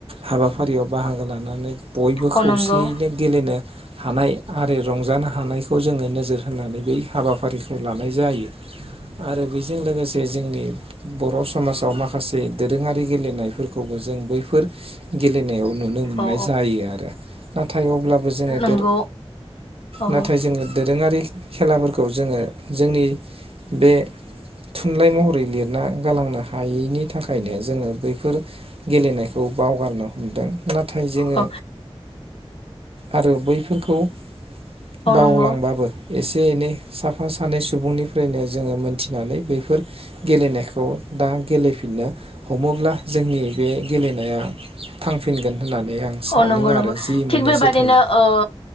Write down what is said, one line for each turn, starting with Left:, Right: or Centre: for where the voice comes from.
Right: हाबाफारियाव बाहागो लानानै बयबो
Left: औ
Right: खौसेयैनो
Left: नंगौ
Right: गेलेनो हानाय आरो रंजानो हानायखौ जोङो नोजोर होनानै बै हाबाफारिखौ लानाय जायो आरो बेजों लोगोसे जोंनि बर' समाजाव माखासे दोरोङारि गेलेनायफोरखौबो जों बैफोर गेलेनायाव नुनो मोननाय
Left: औ
Right: जायो आरो नाथाय अब्लाबो जोङो
Left: नंगौ
Right: दोरोङारि
Left: औ
Right: नाथाय जोङो दोरोङारि खेलाफोरखौ जों आङो जोंनि बे थुनलाइ महरै लिरना गालांनो हायैनि थाखायनो जोङो बैफोर गेलेनायखौ बावगारनो हमदों नाथाय नाथाय जोङो
Left: औ
Right: आरो बै खौ
Left: औ
Right: बावलांबाबो
Left: नंगौ
Right: एसे एनै साफा सानै सुबुंनिफ्रायनो जोङो मोनथिनानै बैफोर गेलेनायखौ दा गेलेफिननो हमोब्ला जोंनि बे गेलेनाया थांफिनगोन होननानै आं सानो
Left: औ नंगौ नंगौ
Right: आरो जि मोननैसो
Left: थिग बेबादिनो
Right: थायो।
Left: ओ